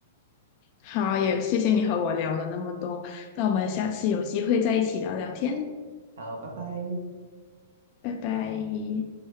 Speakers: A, on the left (about 45°); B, on the right (about 65°).
A: 好，也谢谢你和我聊了那么多，那我们下次有机会再一起聊聊天，
B: 好，拜拜。
A: 拜拜。